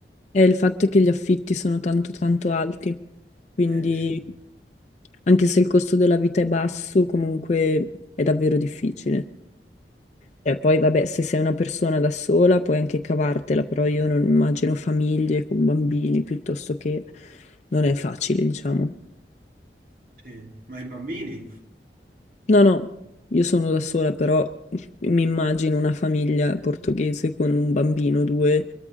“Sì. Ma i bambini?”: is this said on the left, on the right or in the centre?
Right